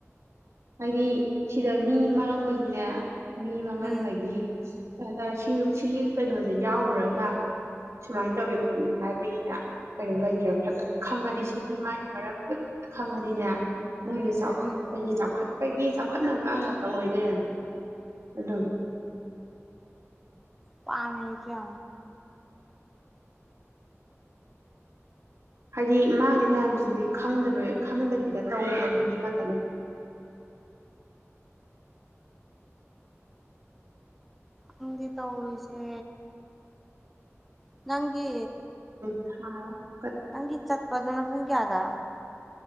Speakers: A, on the right; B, in the centre.
A: ꯍꯥꯏꯗꯤ ꯁꯤꯗ ꯃꯤ ꯃꯥꯡꯕꯒꯤꯅꯦ ꯃꯤ ꯃꯉꯟꯕꯒꯤ
B: ꯎꯝ
A: ꯇꯔꯦ ꯁꯤ ꯁꯤꯒꯤ ꯀꯩꯅꯣꯁꯦ ꯌꯥꯎꯔꯨꯔꯒ ꯁꯨꯃꯥꯏꯅ ꯇꯧꯏ ꯈꯣꯠꯂꯤ ꯍꯥꯏꯕꯒꯤꯅꯦ ꯀꯩꯅꯣ ꯂꯩꯇ꯭ꯔꯦ ꯐꯖꯅ ꯈꯪꯉꯗꯤ ꯁꯤꯒꯤ ꯃꯥꯒꯤ ꯃꯔꯝꯗ ꯐꯖꯅ ꯈꯪꯉꯗꯤꯅꯦ ꯅꯪꯒꯤ ꯆꯥꯎꯈꯠ
B: ꯎꯝ
A: ꯑꯩꯒꯤ ꯆꯥꯎꯈꯠ ꯒꯤ ꯆꯥꯎꯈꯠꯅꯕ ꯑ ꯇꯧꯑꯣꯅꯦ ꯑꯗꯨꯝ
B: ꯄꯅꯦ ꯆ
A: ꯍꯥꯏꯗꯤ ꯃꯥꯉꯤ ꯃꯌꯥꯝꯁꯤꯗꯤ ꯈꯪꯗꯕ ꯈꯪꯗꯕꯤꯗ ꯇꯧꯕ ꯃꯤ ꯉꯥꯛꯇꯅꯦ
B: ꯑ ꯎꯗꯤ ꯇꯣꯏꯁꯦ ꯅꯪꯒꯤ
A: ꯍꯥꯥ
B: ꯅꯪꯒꯤꯤ ꯆꯠꯄ ꯑꯗꯨꯅ ꯄꯨꯡ ꯀꯌꯥꯗ